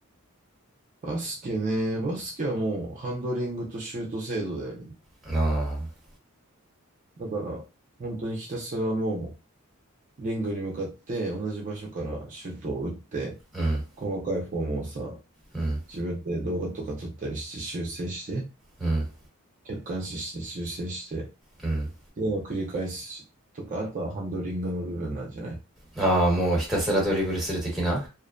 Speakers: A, on the right; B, in the centre.
A: バスケね、バスケはもうハンドリングとシュート精度だよね。
B: ああ、
A: だから、本当にひたすらもう、リングに向かって同じ場所からシュートを打って、
B: うん、
A: 細かいフォームをさ、
B: うん、
A: 自分で動画とか撮ったりして修正して、
B: うん、
A: 客観視して修正して、っ
B: うん。
A: ていうのを繰り返すとか、あとはハンドリングの部分なんじゃない
B: ああ、もうひたすらドリブルする的な